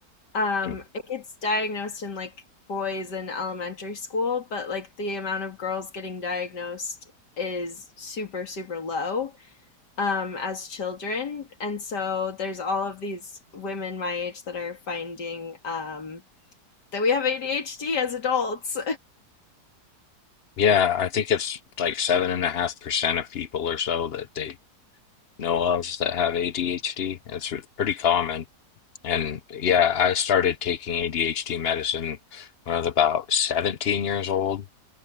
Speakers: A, on the left (about 75°); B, on the left (about 55°).
A: Um,
B: Mm.
A: it gets diagnosed in like boys in elementary school, but like the amount of girls getting diagnosed is super, super low um, as children. And so there's all of these women my age that are finding um, that we have ADHD as adults.
B: Yeah, I think it's like seven and a half percent of people or so that they know of that have ADHD. It's r- pretty common. And yeah, I started taking ADHD medicine when I was about 17 years old.